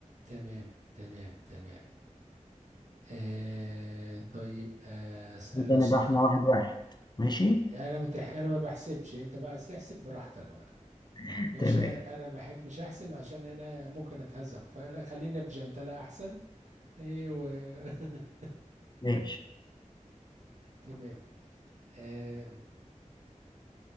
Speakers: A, on the right; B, on the left.
A: تمام تمام تمام آه طيب آه اسالك
B: ده انا
A: سؤال
B: بقى احنا واحد واحد ماشي
A: انا متح... انا ما بحسبش انت بقى عايز تحسب براحتك بقى
B: <laughs>
A: ماشي
B: تمام
A: انا انا ما بحبش احسب عشان انا ممكن اتهزم فلا خلينا بجنتلة احسن ايوه <laughs>
B: ماشي
A: تمام آه